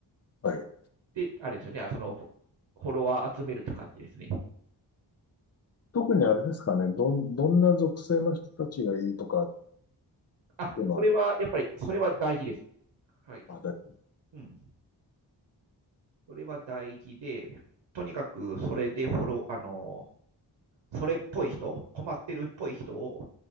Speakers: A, on the left (about 35°); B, on the right (about 75°).
A: はい。
B: で、あれですよね。その、フォロワー集めるって感じですね。
A: 特にあれですかね。どん、どんな属性の人たちがいいとかっ
B: あ、
A: ていうのは、
B: それは、やっぱり、それは大事です。はい。
A: あ
B: うん。それは大事で、とにかく、それでフォロー、あのー、それっぽい人、困ってるっぽい人を、